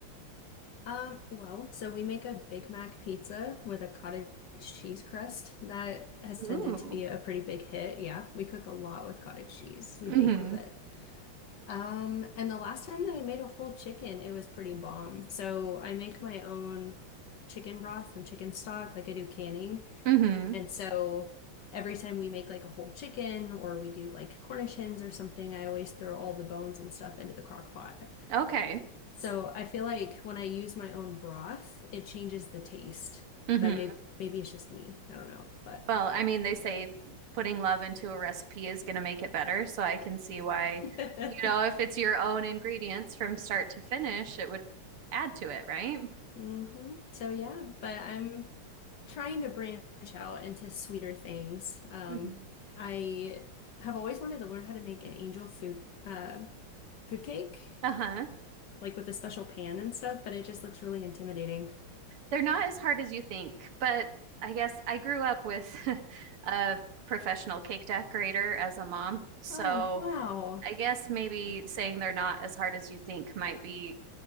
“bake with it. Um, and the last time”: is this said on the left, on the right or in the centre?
Left